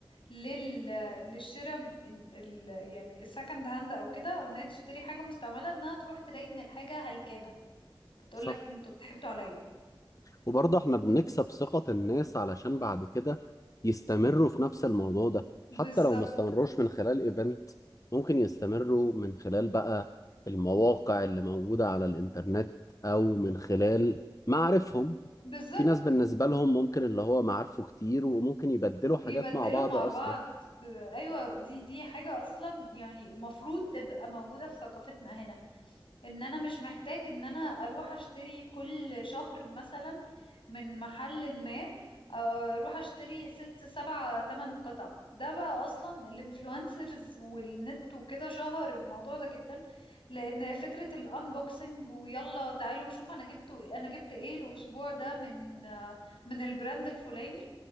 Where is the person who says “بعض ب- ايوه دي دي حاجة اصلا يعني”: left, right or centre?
Left